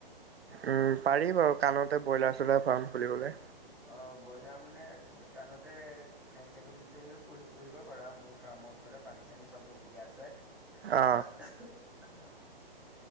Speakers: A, on the right (about 90°); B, in the centre.
A: উম, পাৰি বাৰু কাণতে ব্ৰইলাৰ চইলাৰ ফাৰ্ম খুলিবলে।
B: অ' বইলাৰ মানে তুমি কাণতে খাই ছাগলীজনীও পুহি পুহিব পাৰা মোৰ ফাৰ্ম হাউচতে, পানী চানী চব সুবিধা আছে।
A: অ
B: <unintelligible>